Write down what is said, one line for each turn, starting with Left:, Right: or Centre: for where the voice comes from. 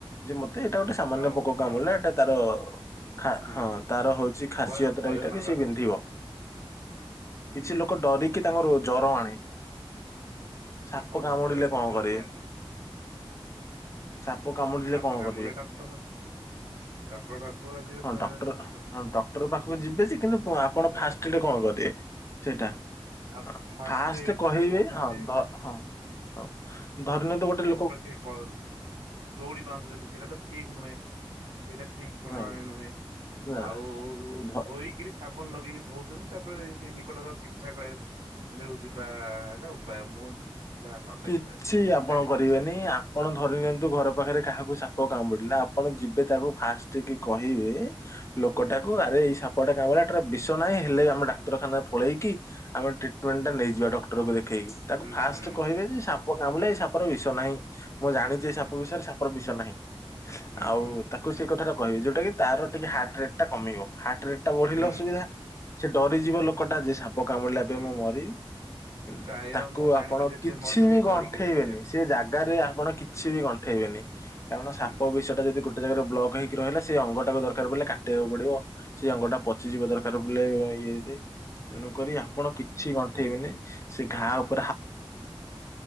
Left: ଯେ ମତେ ଏଇଟା ଗୋଟେ ସାମାନ୍ୟ
Right: ହଉ
Left: ପୋକ କାମୁଡ଼ିଲା
Right: ନର୍ଭ
Left: ଏଟା ତାର ଖା,
Right: ହୁଁ
Left: ହଁ
Right: ହୁଁ
Left: ତାର
Right: ହୁଁ
Left: ହଉଛି ଖାସିୟତ
Right: ଭୟ ଭୟ
Left: ଟା ଏଇଟ ଟା
Right: ନବାର
Left: ବି ସେ ବିନ୍ଧିବ।
Right: ଅଛି ହୁଁ
Left: କିଛି
Right: ହୁଁ
Left: ଲୋକ
Right: ହୁଁ
Left: ଡରିକି- ତାଙ୍କର ଜର ଆଣେ। ସାପ
Right: ଓ
Left: କାମୁଡିଲେ
Right: ଭୟରେ
Left: କଣ
Right: ଡରି
Left: କରିବେ?
Right: ଯାଆନ୍ତି।
Left: ସାପ କାମୁଡ଼ିଲେ
Right: ସାପ
Left: କଣ
Right: କାମୁଡ଼ିଲେ
Left: କରିବେ?
Right: ଡକ୍ଟର ଡକ୍ଟର ପାଖକୁ ଯିବେ
Left: ହଁ
Right: ସେ
Left: ଡକ୍ଟର,
Right: ନିକଟ
Left: ହଁ ଡକ୍ଟର ପାଖକୁ ଯିବେ ଯେ କିନ୍ତୁ ହଁ ଆପଣ
Right: ଶିକ୍ଷକ
Left: ଫାଷ୍ଟଆଡ଼ କଣ କରିବେ? ସେଇଟା
Right: ଆଉ
Left: ହଁ ଫାଷ୍ଟ
Right: ଏଇଟ
Left: କହିବେ
Right: ଯୋଉ କହୁଛନ୍ତି
Left: ହଁ ଧ ହଁ ହଁ ଧରିନିଅନ୍ତୁ ଗୋଟେ ଲୋକକୁ
Right: ଠିକ କରନ୍ତୁ। ଦଉଡ଼ି ବାନ୍ଧୁଛନ୍ତି ସେଇଟା ତ ଠିକ ନୁହେଁ। ସେଇଟା ଠିକ ପ୍ରଣାଳୀ
Left: ନାଇଁ
Right: ନୁହେଁ।
Left: ନା
Right: ଆଉ ଯୋଉ
Left: ଧ
Right: ଧୋଇ କିରି ସାବୁନ ଲଗେଇକି ଧଉଛନ୍ତି। ତାପରେ ସେ ନିକଟବର୍ତ୍ତି ଚିକିତ୍ସା କରିବା ମନ୍ଦିରକୁ ଯିବା ଏକା ଉପାୟ। ମୁଁ- ଯାହା ନଲେଜରେ
Left: କିଛି ଆପଣ
Right: ଜାଣିପାଇଛି
Left: କରିବେନି। ଆ ପଣ ଧରି ନିଅନ୍ତୁ
Right: ହୁଁ
Left: ଘର ପାଖରେ କାହାକୁ ସାପ କାମୁଡିଲା, ଆପଣ ଯିବେ ତାକୁ ଫାଷ୍ଟ କି କହିବେ ଲୋକଟାକୁ
Right: ହୁଁ
Left: ଆରେ ଏଇ ସାପଟା କାମୁଡ଼ିଲା। ଏଟାର ବିଷ ନାହିଁ, ହେଲେ ଆମ ଡାକ୍ତରଖାନା ପଳେଇକି ଆମେ ଟ୍ରିଟମେଣ୍ଟ ଟା ନେଇଯିବା ଡକ୍ଟରକୁ ଦେଖେଇକି। ତାକୁ
Right: ହୁଁ
Left: ଫାଷ୍ଟ
Right: ହୁଁ
Left: ଯଦି ସାପ କାମୁଡିଲା ଏଇ ସାପର ବିଷ ନାହିଁ। ମୁଁ ଜାଣିଛି ଏଇ
Right: ହୁଁ
Left: ସାପ ବିଷୟରେ ସାପର ବିଷ ନାହିଁ।
Right: ହୁଁ ହୁଁ
Left: ଆଉ
Right: ହୁଁ
Left: ତାକୁ ସେ କଥା ଟା କହିବେ। ଯୋଉଟା କି ତାର ଟିକେ ହାର୍ଟ ରେଟ୍ ଟା କମିବ। ହାର୍ଟ ରେଟ- ଟା ବଢିଲେ
Right: ହୁଁ
Left: ଅସୁବିଧା। ସେ ଡରିଯିବ ଲୋକଟା ଯେ ସାପ କାମୁଡ଼ିଲା ଏବେ
Right: ହୁଁ ହୁଁ
Left: ମୁଁ ମରିବି। ଉ
Right: ପ୍ରାୟ
Left: ତାକୁ
Right: ମୁଁ ଜାଣିବାରେ
Left: ଆପଣ
Right: ଯେତିକି
Left: କିଛି
Right: ମରିଛନ୍ତି
Left: ବି
Right: ଏ
Left: ଗଣ୍ଠେଇବେନି
Right: ଡରିକିରିଆ ମରିଯାନ୍ତି।
Left: ସେ ଜାଗାରେ
Right: ହୁଁ
Left: ଆପଣ କିଛି ବି ଗଣ୍ଠେଇବେନି କାରଣ
Right: ହୁଁ
Left: ସାପ ବି ବିଷ ଟା ଯଦି ଗୋଟେ ଜାଗାରେ ବ୍ଲକ ହେଇକି ରହିଲା ସେ ଅଙ୍ଗଟା ଦରକାର ପଡ଼ିଲେ କାଟେଇବାକୁ ପିଡିବ ସେଇ ଅଙ୍ଗଟା ପଚିଯିବ
Right: ହୁଁ
Left: ଦରକ ଦର ବୁଲେଇବ ଇଏ ଯେ
Right: ହୁଁ
Left: ତେଣୁ କରି
Right: ହୁଁ
Left: ଆପଣ କିଛି ଗଣ୍ଠେଇବେନି ସେ ଘା ଉପରେ ହା